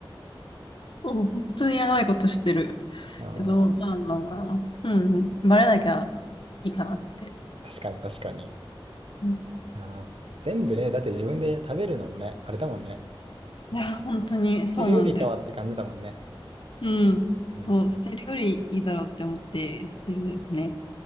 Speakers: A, on the left; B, on the right.
A: もう本当にやばいことしてる。
B: うん。
A: けど、
B: ああ。
A: まあまあまあまあ、うん、バレなきゃいいかなって。
B: 確かに確かに。
A: うん、
B: いやー、全部ね、だって自分で食べるのもね、あれだもんね。
A: いや、本当にそうなんだよ。
B: 食べるよりかはって感じだもんね。
A: うん、そう、
B: うん。
A: 捨てるよりいいだろうって思ってやってるね。